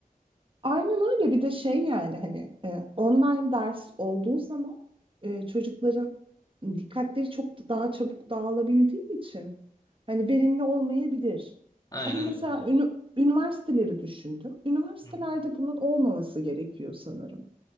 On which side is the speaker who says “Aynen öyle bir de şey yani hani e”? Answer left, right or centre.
Right